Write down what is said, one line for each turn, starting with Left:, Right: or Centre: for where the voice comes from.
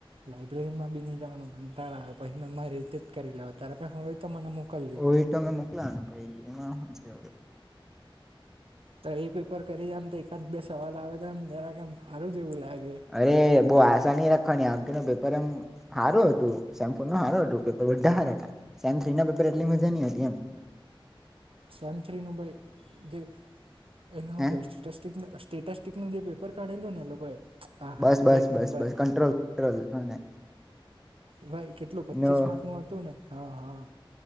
Right: લાઈબ્રેરી માં બી નઈ જવાનું. મંટાળા આવે, પછી મેં મારી રીતે જ કરી લેવા ત્યારે પણ હોય તો મને મોકલજે
Centre: ઓ એ તો અમે મોકલા ને ભાઈ, એમાં એ
Right: તો એ પેપર કરી જમ તો એકાદ બે સવાલ આવે તો, એમ જરા કેમ હારું જ એવું લાગે.
Centre: અરે બહુ આસા ની રાખ આનો પેપર એમ સારો હતું, સેમ ફોર નો હારો હતુ. પેપર બધા હારા હતા સેમ થ્રી ના પેપર એટલી મજા ન હતી. એમ
Right: સેમ થ્રી નું ભાઈ જે એને હું
Centre: હે
Right: ટેસ્ટી ટેસ્ટીક નોતા? સેટટેસ્ટ નુ જે પેપર કાઢેલું ને, લોકોએ હ હા
Centre: બસ બસ
Right: એક
Centre: બસ
Right: નંબર
Centre: બસ કંટ્રોલ કંટ્રોલ હને
Right: ભાઈ કેટલું પચીસ
Centre: નો
Right: માર્ક નું હતું ને? હા હા